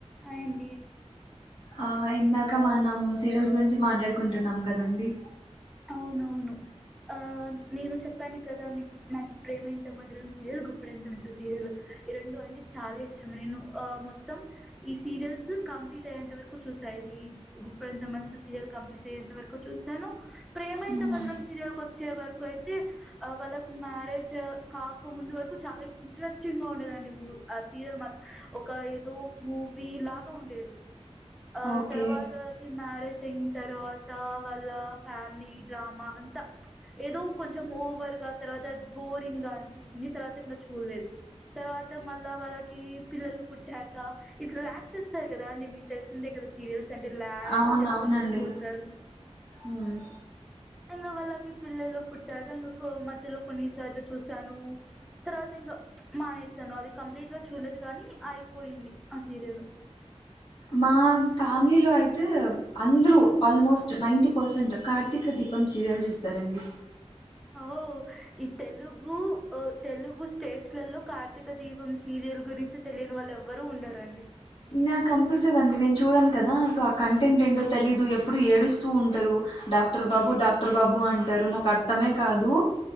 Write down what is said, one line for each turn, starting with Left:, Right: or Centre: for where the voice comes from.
Centre: Hi అండి
Left: ఆ ఎందా ఇ మనమ్ సీరియల్స్ గురించి మాట్లాడ కుంటున్నాం కదండి
Centre: అవునవును ఆ నేను చెప్పానికి కదా మీకు నాకు ప్రేమ ఎంత మధురం సీరియల్ గుప్పెడంత మనసు సీరియల్ ఈ రెండు అంటే చాలా ఇష్టం నేను ఆ మొత్తం ఈ సీరియల్స్ కంప్లీట్ అయ్యేంత వరకు చూసా ఇది గుప్పడంత మనుసు సీరియల్ కంప్లీట్ అయ్యేంత వరకు చూసాను ప్రేమ ఇంత
Left: మ్మ్
Centre: మధురం సీరియల్కి వచ్చే వరకు అయితే ఆ వాళ్ళకు మ్యారేజ్ కాక ముందు వరకు చాలా ఇంట్రెస్టింగ్ గా ఉండేదండి మూ ఆ సీరియల్ మాత్రం ఒక ఏదో మూవీ లాగా ఉండేది ఆ
Left: ఓకే
Centre: తర్వాత వాళ్ళకి మ్యారేజ్ టెన్ తర్వాత వాళ్ళ ఫ్యామిలీ డ్రామా అంతా ఏదో కొంచెం ఓవర్ గా తర్వాత బోరింగ్ గా అనిపించింది తర్వాత ఇక్కడ చూడలేదు తర్వాత మళ్ళా వాళ్ళకి పిల్లలు పుట్టాక ఇంట్లా లయాక్ట్ చేస్తారు కదా అండి మీకు తెలిసిందే కదా సీరియల్స్ అంటేలా
Left: అవునవునండి
Centre: చేసుకుంటా పోతారు
Left: మ్మ్.
Centre: ఇంకా వాళ్ళకి పిల్లలు పుట్టాక మధ్యలో కొన్నిసార్లు చూసాను తర్వాత ఇంకా మానేసాను అది కంప్లీట్ గా చూడలేదు కానీ అయిపోయింది ఆ సీరియల్
Left: మా ఫ్యామిలీలో అయితే అందరూ ఆల్మోస్ట్ నైంట పర్సెంట్ కార్తీక దీపం సీరియల్ చూస్తారండి
Centre: ఓ ఈ తెలుగు తెలుగు స్టేట్స్ లలో కార్తీక దీపం సీరియల్ గురించి తెలియని వాళ్ళు ఎవ్వరు ఉండారండి.
Left: నాకు అనిపిస్తుందిండి నేను చూడాను కదా సో ఆ కంటెంట్ ఏంటో తెలీయదు ఎప్పుడు ఏడుస్తూ ఉంటా. అందరు డాక్టర్ బాబు డాక్టర్ బాబు అంటారు నాకు అర్. అర్థమే కాదు